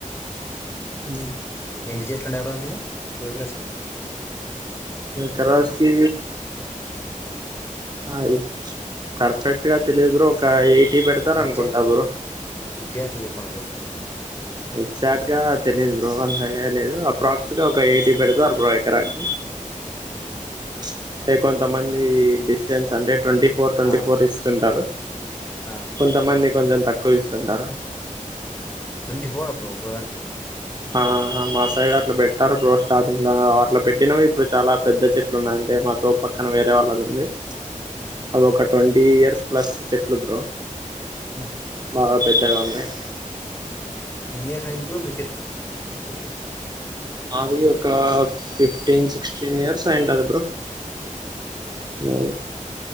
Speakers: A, on the right; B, on the left.
A: హ
B: ఎన్ని చెట్లుండి ఎవరు అందులో టూ వీలర్స్ కే
A: కరచీ ఆ కర్ఫెక్ట్ గా తెలిదుర ఒకయి టీ పెడతారనుకుంటా
B: ఎగ్జాక్ట్లీ
A: బ్రో
B: ఎగ్జాక్ట్లీ చెప్పండి బ్రో
A: ఎగ్జాక్ట్ గా తెలీదు బ్రో అంత లేలేదు అప్రాక్స్గా ఒక ఎయిటీ పెడతే అరవై ఎకరాకి
B: ఆ
A: అంటతే కొంతమంది డిస్టెన్స్ అంటే ట్వంటీ ఫోర్ ట్వంటీ
B: ఆ
A: ఫోర్ ఇస్తుంటారు
B: ఆ.
A: కొంతమంది కొంచెం తక్కువ ఇస్తుంటారు
B: ట్వంటీ ఫోరబ్రో ఒదానికి
A: ఆ మా సైడ్ అట్లా పెట్టారు బో స్టార్టింగ్ లో అట్లా పెట్టినవి ఇప్పుడు చాలా పెద్ద చెట్లు ఉన్నాయిడి అంటే మాతో పక్కన వేరే వాళ్ళది ఉంది
B: ఉమ్హా
A: అవి ఒక ట్వంటీ ఇయర్స్ ప్లస్ చెట్లు బ్రో
B: ఆహ
A: బాగా పెద్దగా ఉన్నాయి.
B: ఎన్ని ఇయర్స్ అయింది మీరు చెట్లు చెట్లు
A: అవి ఒక ఫిఫ్టీన్ సిక్స్టీన్ ఇయర్స్ అయింటది బ్రో అ